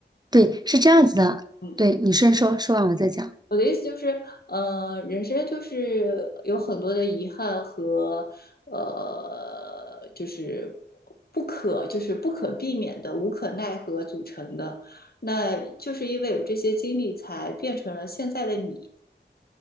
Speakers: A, on the right; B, on the left.
A: 对，是这样子的。
B: 嗯，
A: 对，你先说，说完我再讲。
B: 我的意思就是，呃，人生就是有很多的遗憾和呃，就是不可就是不可避免的、无可奈何组成的。那就是因为有这些经历，才变成了现在的你。